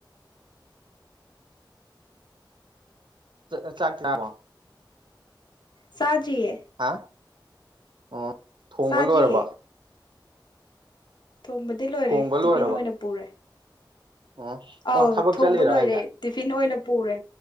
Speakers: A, on the right; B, on the left.
A: ꯆ ꯆꯥꯛ ꯆꯔꯕꯣ
B: ꯆꯥꯗꯔꯤꯌꯦ
A: ꯍꯥ ꯑꯣ ꯊꯣꯡꯕ
B: ꯆꯥꯗ꯭ꯔꯤꯌꯦ
A: ꯂꯣꯏꯔꯕ
B: ꯊꯣꯡꯕꯗꯤ ꯂꯣꯏꯔꯦ
A: ꯊꯣꯡꯕ
B: ꯇꯤꯐꯤꯟ
A: ꯂꯣꯏꯔꯕ
B: ꯑꯣꯏꯅ ꯄꯨꯔꯦ
A: ꯑꯣ
B: ꯑꯧ
A: ꯑꯣ ꯊꯕꯛ
B: ꯊꯣꯡꯕ
A: ꯆꯠꯂꯤꯔꯣ
B: ꯂꯣꯏꯔꯦ
A: ꯍꯥꯏꯁꯦ
B: ꯇꯤꯐꯤꯟ ꯑꯣꯏꯅ ꯄꯨꯔꯦ